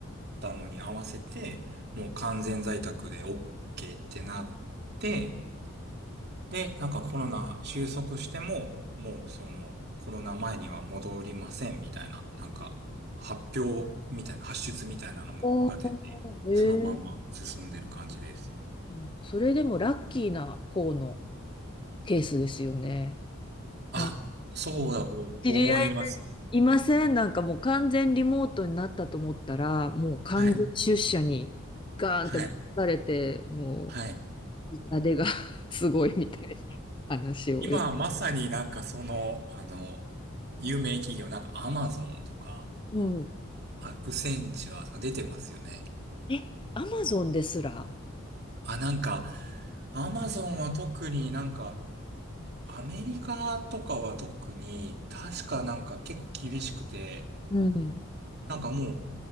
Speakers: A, on the right (about 50°); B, on the left (about 25°).
A: たのに合わせて、もう完全在宅で OK ってなって、で、なんかコロナ収束しても、もうそのコロナ前には戻りませんみたいな、なんか発表みたいな、発出みたいなのもが出て、
B: おー、えー。
A: そのまま進んでる感じです。
B: うんそれでもラッキーな方のケースですよね。
A: あ、
B: なんか
A: そうだと思います。
B: 知り合いいません。なんかもう完全リモートになったと思ったら、もう完全出社にガーンって持たれて、
A: はい、はい、
B: も
A: はい。
B: う痛手が <laughs> すごいみたいな話をよ。
A: 今まさになんかその、あの、有名企業、なんかアマゾンとか、
B: うん。
A: アクセンチュアとか出てますよね。
B: え、アマゾンですら。
A: あ、なんか、アマゾンは特になんか、アメリカとかは特に、確かなんか結構厳しくて、
B: うん。
A: なんかも